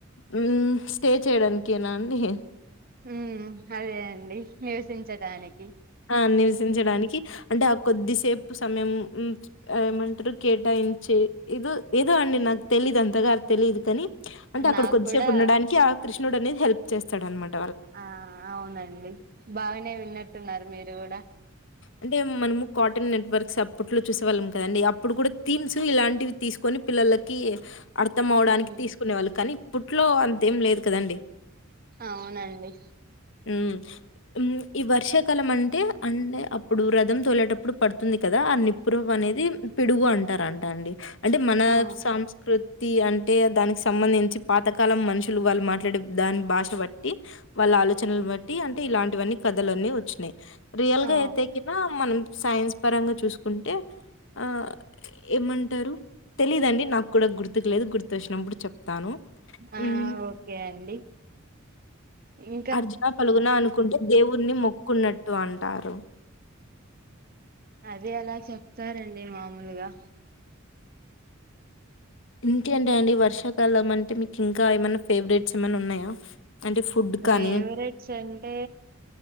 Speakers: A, on the left (about 65°); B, on the right (about 45°).
A: ఉమ్ స్టే చేయడానికేనా అండి
B: ఉమ్ అదే అండి నివసించటానికి
A: ఆ నివసించడానికి అంటే ఆ కొద్దిసేపు సమయం ఏమంటరు కేటాయించే ఇదో ఏదో అండి నాకు తెలీదు అంతగారు తెలీదు కాని అంటే అక్కడ
B: నాకు
A: కొద్దిసేపు
B: కూడా
A: ఉండడానికి ఆ కృష్ణుడనేది హెల్ప్ చేస్తాడన్మాట
B: ఆ అవునండి బాగానే విన్నట్టున్నారు మీరు గూడా
A: అంటే మనము కార్టూన్ నెట్వర్క్స్ అప్పుట్లో చూసేవాళ్ళం కదండి అప్పుడు కూడా థీమ్స్ ఇలాంటివి తీసుకొని పిల్లలకి అర్ త్తమవ్వడానికి
B: ఉమ్
A: తీసుకునేవాళ్ళు కాని అప్పుట్లో అంతేం లేదు కదండీ!
B: అవునండి
A: ఉమ్ ఉమ్ ఈ వర్షాకాలం అంటే అండె అప్పుడు రదం తోలేటప్పుడు పడుతుంది కదా ఆ నిప్పురవ్వ అనేది పిడుగు అంటారంట అండి అంటే మన
B: ఆ
A: సాంస్కృ తి అంటే దానికి సంబంధించి పాతకాలం మనుషులు వాళ్ళు మాట్లాడే దాన్ భాష బట్టి వాళ్ళ ఆలో చనలు బట్టి అంటే ఇలాంటివన్నీ కథలన్నీ వ చ్చినాయి రియల్
B: ఆ
A: గా అయితేకినా మనం సైన్స్ పరంగా చూసుకుంటే అ ఏమంటరు తెలీదండి నాకు కూడా గుర్తుకు లేదు గుర్తు వచ్చినప్పుడు చెప్తాను
B: ఆ
A: హ్మ్.
B: ఓకే అండి ఇం
A: అర్జున పాల్గునా అనుకుంటే దేవుని మొక్కున్న ట్టు అంటారు
B: అదే అలా చెప్తారండి మామూలుగా
A: ఇంకేంటి అండి వర్షాకాలం అంటే మీకు ఇంకా ఏమైనా ఫేవరెట్స్ ఏమైనా ఉన్నాయా అంటే ఫుడ్
B: ఫేవరెట్స్
A: కానీ
B: అంటే